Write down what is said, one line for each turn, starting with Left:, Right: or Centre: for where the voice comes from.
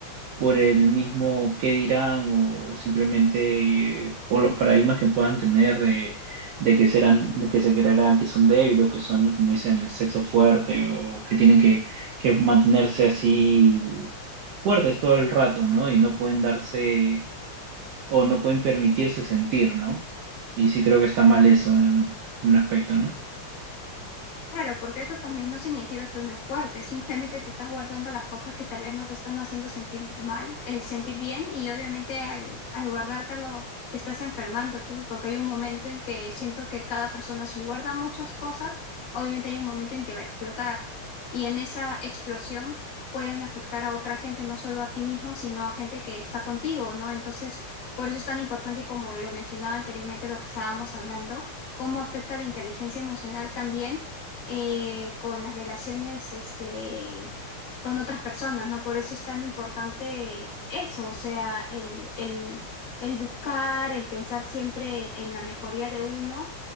Right: por el mismo qué dirán o, o simplemente por los paradigmas que puedan tener de, de que serán, de que se creerán que son débiles o que son, como dicen, el sexo fuerte o que tienen que, que mantenerse así fuertes todo el rato, ¿no? Y no pueden darse o no pueden permitirse sentir, ¿no? Y sí creo que está mal eso en en un aspecto, ¿no?
Left: Claro, porque eso también no significa que uno es fuerte, simplemente te estás guardando las cosas que tal vez no te están haciendo sentir mal, eh, sentir bien y obviamente al, al guardártelo te estás enfermando tú, porque hay un momento en que siento que cada persona si guarda muchas cosas, obviamente hay un momento en que va a explotar y en esa explosión pueden afectar a otra gente, no solo a ti mismo, sino a gente que está contigo, ¿no? Entonces, por eso es tan importante y como lo mencionaba anteriormente, lo que estábamos hablando, cómo afecta la inteligencia emocional también eh, con las relaciones este, con otras personas, ¿no? Por eso es tan importante eso, o sea, el, el, el buscar, el pensar siempre en la mejoría de uno